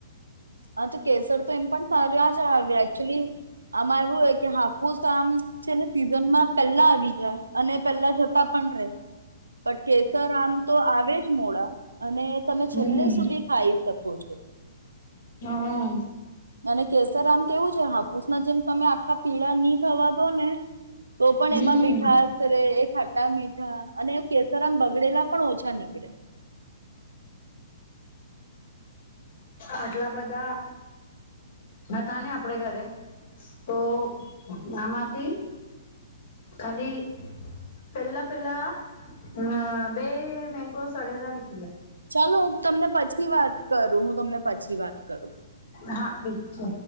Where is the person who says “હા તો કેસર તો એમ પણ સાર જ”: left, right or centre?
Right